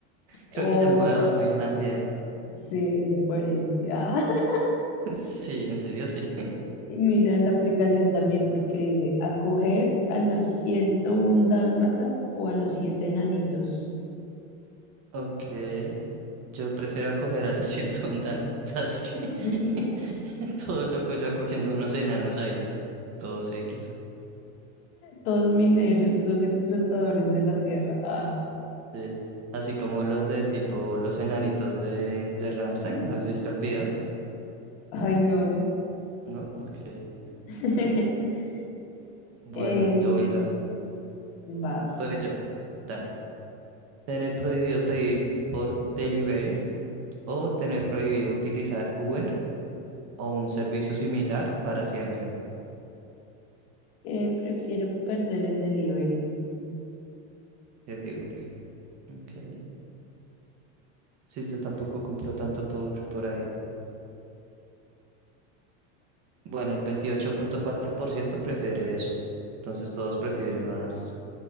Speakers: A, on the right; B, on the left.
A: Creo
B: Oh,
A: que ya me voy a dormir también. <laughs>
B: sí, eso parece. Ah, <laughs>
A: Sí, en serio, sí. <laughs>
B: y mira la aplicación también porque dice acoger a los 101 dálmatas o a los siete nanitos.
A: Ok. Yo prefiero acoger a los <laughs> 101 dálmatas que <laughs>
B: <laughs>
A: todo loco yo acogiendo unos enanos ahí, todos X.
B: Todos mineros, todos explotadores de la tierra. Ah.
A: Sí. Así como los de tipo los enanitos de, de Rammstein. ¿Has visto el video?
B: Ay, no.
A: ¿No? Ok.
B: <laughs>
A: Bueno,
B: Em,
A: yo voy la.
B: vas.
A: Voy yo. Dale. Tener prohibido pedir por delivery o tener prohibido utilizar Uber o un servicio similar para siempre,
B: Eh, prefiero perder el delivery.
A: delivery. Okay. Sí, yo tampoco compro tanto por, por ahí. Bueno, el veintiocho punto cuatro por ciento prefiere eso. Entonces todos prefieren más,